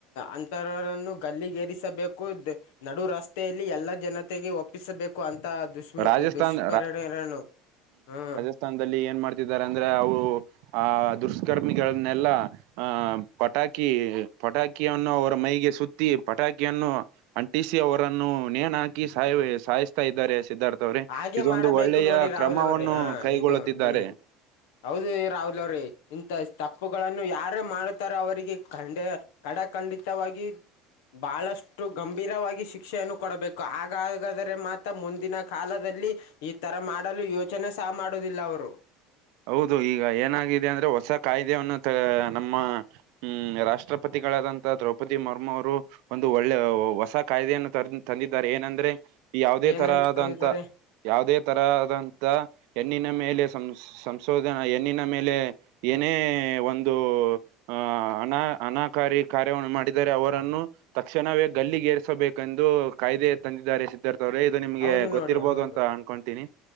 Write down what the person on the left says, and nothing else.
ಅಂತರರನ್ನು ಗಲ್ಲಿಗೇರಿಸಬೇಕು ನಡು ರಸ್ತೆಯಲ್ಲಿ ಎಲ್ಲಾ ಜನತೆಗೆ ಒ ತಪ್ಪಿಸಬೇಕು ಅಂತ ದುಷ್ಮುಮುಖ್
ದುಷ್ಮಕಾರ್ಣರನು ಹ್ಮ
ಹಾಗೆ
ಮಾಡಬೇಕು
ನೋಡಿ ರಾಹುಲ್
ಅವ್ರಿ ಹ
ಇದು ಹ್ಮ್ ಹೌದು ರಾಹುಲ್ ಅವ್ರೇ ಇಂಥ ತಪ್ಪುಗಳನ್ನು ಯಾರೇ ಮಾಡುತ್ತಾರೇ ಅವರಿಗೆ ಖಂಡ ಕಾಡ ಖಂಡಿತವಾಗಿ ಬಹಳಷ್ಟು ಗಂಭೀರವಾಗಿ ಶಿಕ್ಷೆಯನ್ನು ಕೊಡಬೇಕು ಹಾಗಾಗಾದರೆ ಮಾತ್ರ ಮುಂದಿನ ಕಾಲದಲ್ಲಿ ಈ ತರ ಮಾಡಲು ಯೋಚನೆ ಸಹ ಮಾಡುವುದಿಲ್ಲ ಅವರು.
ಏನಂತ
ತಂದಿದ್ದಾರೆ
ಹೌದು
ನೋಡಿ ಹೌದು